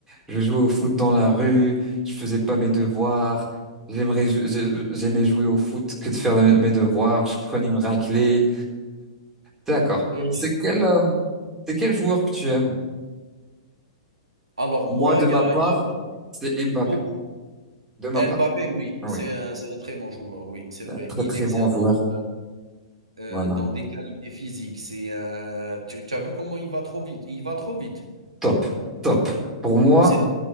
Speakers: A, on the right; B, on the right.
A: je jouais au foot dans la rue. Je faisais pas mes devoirs. J'aimerais, je- je- j'aimais jouer au foot que de faire mes devoirs. Je prenais une raclée. D'accord.
B: heu,
A: C'est quel, euh, c'est quel joueur que tu aimes?
B: alors
A: Moi,
B: moi,
A: de
B: il
A: ma
B: y a
A: part,
B: il y a
A: c'est Mbappé.
B: beaucoup
A: De ma
B: Mbappé,
A: part.
B: oui,
A: Oui.
B: c'est un c'est un très bon joueur, oui, c'est vrai.
A: Un très,
B: Il
A: très
B: excelle
A: bon joueur.
B: dans, heu,
A: Voilà.
B: dans des qualités physiques. C'est un tu tu as vu comment il va trop vite? Il va trop vite.
A: Top. Top. Pour moi,
B: C'est